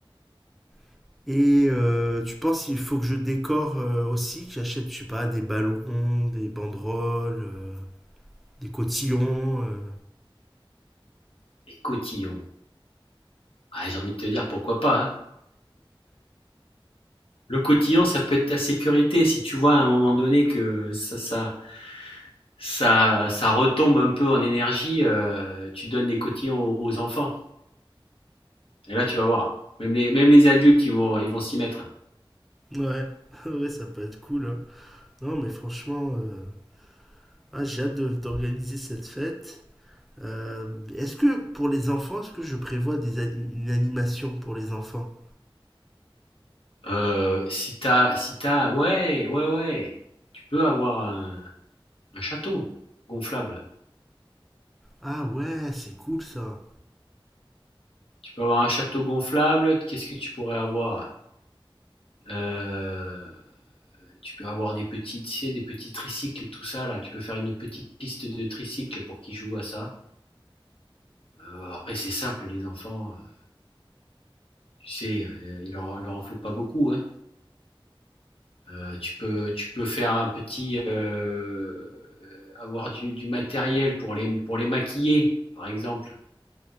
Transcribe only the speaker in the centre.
<laughs> Et euh, tu penses qu'il faut que je décore euh, aussi, que j'achète, je sais pas, des ballons, des banderoles, euh, des cotillons. euh.
Ouais, <laughs> ouais, ça peut être cool. hein. Non, mais franchement, euh, Ah, j'ai hâte de- d'organiser cette fête. Euh, est-ce que pour les enfants, est-ce que je prévois des ani- une animation pour les enfants?
Ah ouais, c'est cool ça.